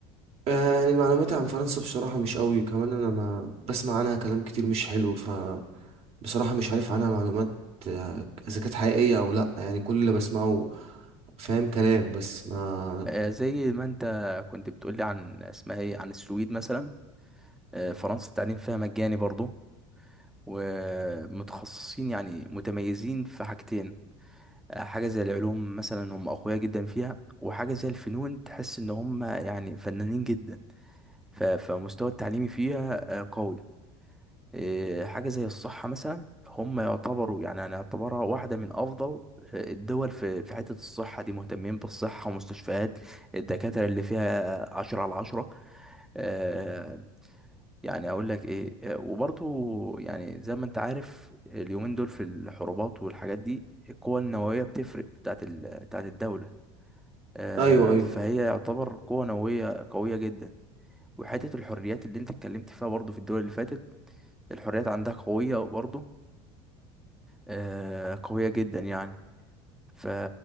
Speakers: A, on the right; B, in the centre.
A: آه، يعني معلوماتي عن فرنسا بصراحة مش قوي كمان أنا ما بسمع عنها كلام كتير مش حلو بصراحة مش عارف عنها معلومات آه، إذا كانت حقيقية أو لأ يعني كل اللي
B: امم
A: بسمعه فاهم كلام بس ما
B: زي ما انت كنت بتقولي عن اسمها ايه عن السويد مثلا آه، فرنسا التعليم فيها مجاني برضه ومتخصصين يعني متميزين في حاجتين آه، حاجة زي العلوم مثلا هم أقوياء جدا فيها وحاجة زي الفنون تحس إن هم يعني فنانين جدا ف- فمستوى التعليمي فيها آه، قوي إيه، حاجة زي الصحة مثلا هم يعتبروا يعني هنعتبرها واحدة من أفضل آه، الدول في في حتة الصحة دي مهتمين بالصحة ومستشفيات الدكاترة اللي فيها عشرة على عشرة آه، يعني أقول لك إيه آه، وبرضو يعني زي ما أنت عارف اليومين دول في الحروبات والحاجات دي القوة النووية بتفرق بتاعت ال- بتاعت الدولة آه،
A: أيوه أيوه
B: فهي يعتبر قوة نووية قوية جدا وحتة الحريات اللي انت اتكلمت فيها برضو في الدول اللي فاتت الحريات عندها قوية برضو آه، قوية جدا يعني ف